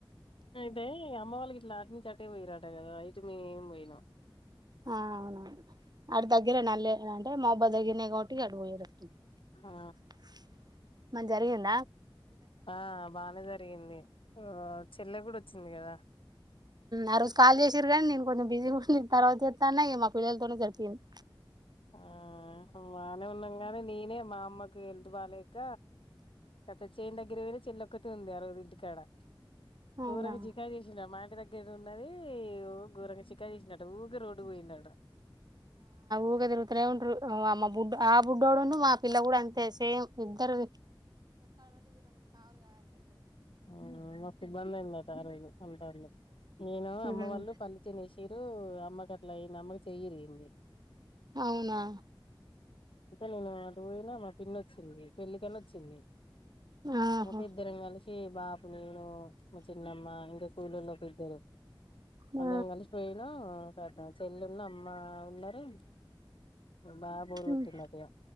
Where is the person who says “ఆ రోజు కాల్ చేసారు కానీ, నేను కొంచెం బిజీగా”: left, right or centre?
Right